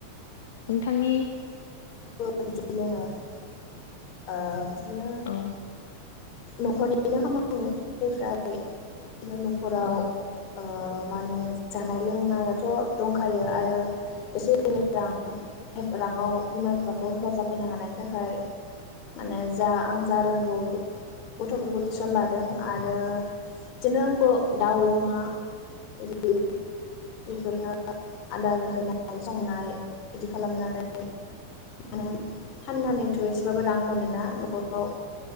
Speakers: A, on the left; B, on the left.
A: नोंथांनि
B: <unintelligible> आ बिनो
A: औ
B: न'खरनिनो खामानि निफ्राय बिदिनो न'खराव
A: औ
B: ओ माने जानाय-लोंनायाथ' दंखायो आरो एसे एनै रां राङाव बिमा-बिफा खौ हेफाजाब होनो हानायनि थाखाय माने जा आं जा रोंगौ गथ'फोरखौ टिउसन लादों आरो बिदिनो आंबो दाउ अमा इदि बेफोरनो आदार होनाय संनाय इदि खालामनानै माने फाननानैथ' एसेबाबो रां मोनोना न'खराव